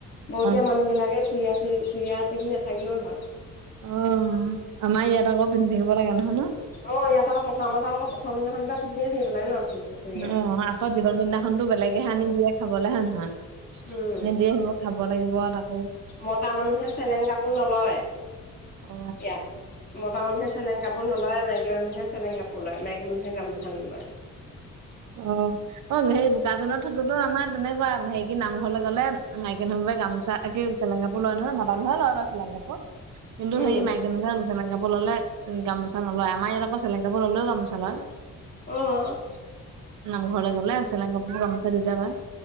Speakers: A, on the left; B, on the right.
A: বৰতীয়া
B: অ'।
A: মানুহ বিলাকে চুৰিয়া চুৰিয়া পিন্ধি নাথাকিলেও হয়।
B: অ', আমাৰ ইয়াত আকৌ পিন্ধি থাকিব লাগে নহয় ন'।
A: অ', ইয়াত আকৌ প্ৰথম আমাৰ তাত আকৌ প্ৰথম দিনাখন পিন্ধিয়ে থাকিব লাগে ন? চুৰিয়া
B: অ আকৌ জীৱন দিনাখন টো বেলেগেহে আনি দিয়ে খাবলে হে হয় নহয়
A: উম
B: আনি দিয়ে সেই খাব লাগিব আও তাক
A: মতা মানুহে চেলেং কাপোৰ নলয়।
B: অ
A: ইয়াত মতা মানুহে চেলেং কাপোৰ নলয় মাইক মাইকী মানুহে চেলেং কাপোৰ লয় মাইকী মানুহে গামোচা লয়
B: অ', অ', সেই বোকাজানত থাক তো তো আমাৰ তেনেকুৱা হেৰি কি নামঘৰলে গ'লে মাইকি মানুহবোৰে গামোচা এ কি চেলেং কাপোৰ লয় নহয়, মতা মানুহেও লয় বাৰু চেলেং কাপোৰ। কিন্তু
A: উম,
B: সেই মাইকী মানুহে চেলেং কাপোৰ ল'লে গামোচা নলয়, আমাৰ ইয়াত আকৌ চেলেং কাপোৰ ল'লেও গামোচা লয়।
A: অঁ!
B: নমঘৰলে গ'লে চেলেং কাপোৰ গামোচা দুইটা লয়।